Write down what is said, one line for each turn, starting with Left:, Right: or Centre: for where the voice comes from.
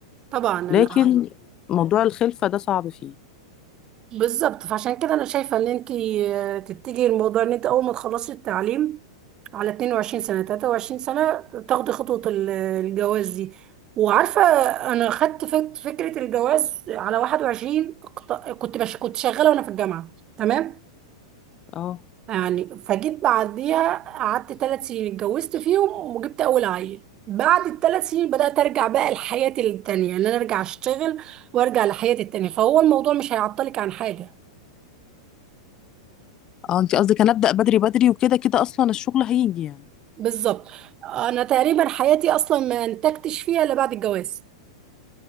Right: طبعا انا
Left: لكن موضوع الخلفة ده صعب فيه
Right: بالظبط فعشان كده انا شايفه ان انت تتجهي الموضوع ان انت اول ما تخلصي التعليم على 22 سنه 23 سنه تاخدي خطوه ال- الجواز دي وعارفه انا خدت فك- فكره الجواز على 21 اقت- كنت بش كنت شغاله وانا في الجامعه تمام
Left: اه
Right: يعني فجيت بعديها قعدت ثلاث سنين اتجوزت فيهم وجبت اول عيل بعد الثلاث سنين بدأت أرجع بقى لحياتي التانية إن أنا أرجع أشتغل وأرجع لحياتي التانية فهو الموضوع مش هيعطلك عن حاجة
Left: اه انت قصدك هنبدأ بدري بدري وكده كده اصلا الشغل هيجي يعني
Right: بالظبط انا تقريبا حياتي اصلا ما انتجتش فيها الا بعد الجواز